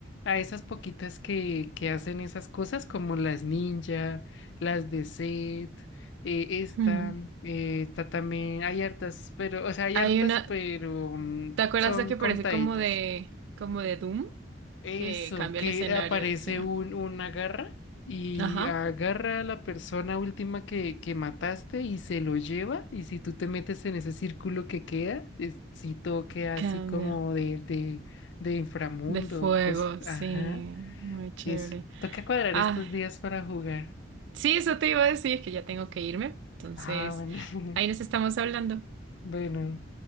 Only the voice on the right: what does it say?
Ujú.
Hay
una,
¿te acuerdas
de que
parece como de, como de Doom?
Que cambia
el escenario,
sí.
Ajá.
Cambia.
De fuego,
sí.
Muy chévere.
Ah,
sí, eso te iba a decir, que ya tengo que irme. Entonces,
ahí nos estamos hablando.